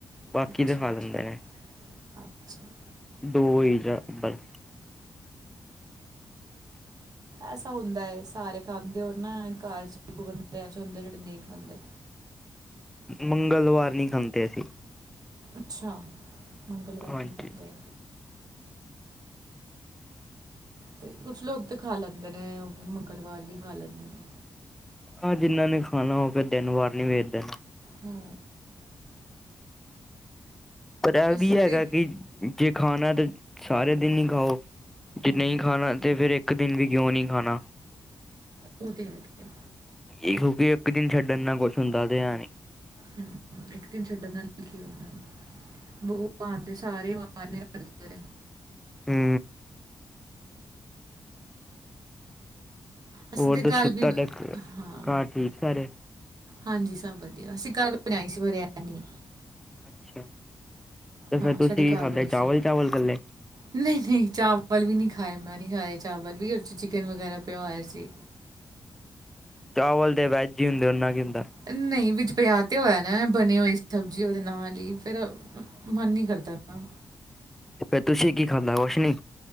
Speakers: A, in the centre; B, on the right.
A: ਬਾਕੀ
B: ਅੱਛਾ
A: ਤਾਂ ਖਾ
B: ਅੱਛਾ
A: ਲੈਂਦੇ ਨੇ।
B: ਅੱਛਾ
A: ਦੋ ਈ ਜਾਬਰ। <unintelligible>
B: ਐਸਾ ਹੁੰਦਾ ਏ ਸਾਰੇ ਖਾਂਦੇ ਹੋਣ ਨਾ ਘਰ ਚ ਬੰਦੇ ਐਸੇ ਹੁੰਦੇ ਜਿਹੜੇ ਨਹੀ ਖਾਂਦੇ।
A: ਮੰਗਲਵਾਰ ਨਹੀ ਖਾਂਦੇ ਅਸੀਂ।
B: ਅੱਛਾ, ਮੰਗਲਵਾਰ
A: ਹਾਂਜੀ।
B: ਨਹੀ ਖਾਂਦੇ। ਤੇ ਕੁੱਛ ਲੋਕ ਤੇ ਖਾ ਲੈਂਦੇ ਨੇ ਓ ਵੀ ਮੰਗਲਵਾਰ ਹੀ ਖਾ ਲੈਂਦੇ ਨੇ।
A: ਹਾਂ ਜਿੰਨਾ ਨੇ ਖਾਣਾ, ਉਹ ਫਿਰ ਦਿਨ ਵਾਰ ਨੀ ਵੇਖਦੇ।
B: ਹੂੰ।
A: ਪਰ ਐ
B: ਅਸੀਂ
A: ਵੀ ਹੈਗਾ
B: ਤੇ
A: ਕੀ ਜੇ ਖਾਣਾ ਤਾਂ ਸਾਰੇ ਦਿਨ ਈ ਖਾਓ। ਜੇ
B: ਹਾਂ
A: ਨਹੀ ਖਾਣਾ ਤੇ ਫੇਰ ਇੱਕ ਦਿਨ ਵੀ ਕਿਉਂ ਨੀ ਖਾਣਾ।
B: ਓਹ ਤੇ ਹੈ। ਗਿਆ
A: ਏਹੋ ਕੀ ਇੱਕ ਦਿਨ ਛੱਡਣ ਨਾਲ ਕੁੱਛ ਹੁੰਦਾ ਤੇ ਹੈ ਨੀ।
B: ਹੂੰ ਇੱਕ ਦਿਨ ਛੱਡਣ ਨਾਲ ਕੀ ਹੋਣਾ ਭਗਵਾਨ ਦੇ ਸਾਰੇ ਮਨ ਕਰਦੇ ਨੇ।
A: ਹੂੰ।
B: ਅਸੀਂ
A: ਹੋਰ
B: ਤੇ
A: ਦੱਸੋ,
B: ਗੱਲ ਵੀ
A: ਤੁਹਾਡਾ
B: ਹਾਂ
A: ਘਰ ਠੀਕ ਸਾਰੇ?
B: ਹਾਂਜੀ ਸਭ ਵਧੀਆ, ਅਸੀਂ ਕੱਲ ਬਣਾਈ ਸੀ ਬਰਿਆਨੀ।
A: ਅੱਛਾ। ਤੇ ਫੇਰ
B: ਹਾਂ
A: ਤੁਸੀਂ
B: ਸਾਡੇ
A: ਕੀ
B: ਘਰ
A: ਖਾਧਾ
B: ਬਣੀ ਸੀ,
A: ਚਾਵਲ ਚਾਵਲ ਕੱਲੇ
B: ਨਹੀਂ-ਨਹੀਂ ਚਾਵਲ ਵਾਲੀ ਨੀ ਖਾਏ ਮੈਂ ਨੀ ਖਾਏ ਚਾਵਲ ਵੀ ਓ 'ਚ ਚਿਕਨ ਵਗੈਰਾ ਪਿਆ ਹੋਇਆ ਸੀ।
A: ਚਾਵਲ ਤੇ ਵੈਜ ਈ ਹੁੰਦੇ, ਓਨਾ ਕੀ ਹੁੰਦਾ।
B: ਨਹੀ ਵਿੱਚ ਪਿਆਜ ਤਾਂ ਹੋਇਆ ਨਾ ਬਣੀ ਹੋਈ ਸਬਜ਼ੀ ਓਹਦੇ ਨਾਲ ਈ ਫਿਰ ਮਨ ਨੀ ਕਰਦਾ ਨਾ।
A: ਤੇ ਫੇਰ ਤੁਸੀਂ ਕੀ ਖਾਧਾ ਰੋਸ਼ਨੀ